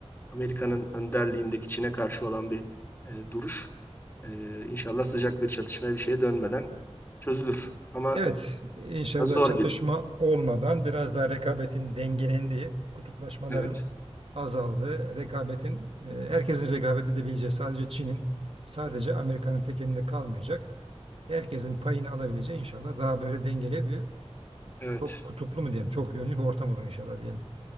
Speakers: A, on the left (about 20°); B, on the right (about 60°).
A: Amerika'nın önderliğindeki Çin'e karşı olan bir e, duruş. E, inşallah sıcak bir çatışmaya bir şeye dönmeden çözülür. Ama
B: Evet, inşallah
A: biraz zor
B: çatışma
A: gibi.
B: olmadan biraz daha rekabetin dengelendiği, kutuplaşmaların
A: Evet,
B: azaldığı, rekabetin e, herkesin rekabet edebileceği, sadece Çin'in, sadece Amerika'nın tekelinde kalmayacak. Herkesin payını alabileceği inşallah daha böyle dengeli bir
A: evet.
B: çok kutuplu mu diyeyim çok yönlü bir ortam olur inşallah diyelim.